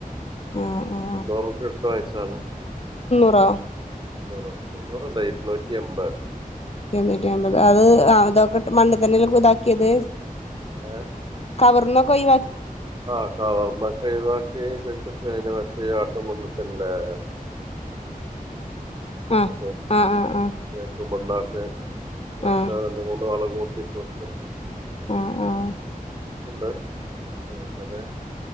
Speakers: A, on the right; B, on the left.
A: <inaudible>
B: ആഹ് ആഹ് <unintelligible>
A: മന്നൂറ് മുന്നൂറലാല്ലേ ഇരുന്നൂറ്റി എൻപത്
B: എണ്ണൂറ്റി അമ്പത് അത് ആാ ഇതൊക്കെ മണ്ണി തന്നെല്ല കുതാക്കിയത്
A: യെ
B: കവർന്നൊക്കെ ഒഴി
A: ആ കവർമേ തന്നെ ഒഴിയവാക്കി കുയിച്ചിട്ടേന്ന് പിന്നെ <unintelligible>
B: ആഹ്
A: ഏഹ്
B: ആഹ് ആഹ് ആഹ്
A: ഏഹ്. മണ്ണാ ഹേ വയസ്സാണ്
B: ആഹ്
A: അങ്ങനെ പോവുന്ന് മോട്ടിച്ചോ ഏഹ്
B: ആഹ് ആഹ്
A: ഉണ്ട് ഏഹ് അതേ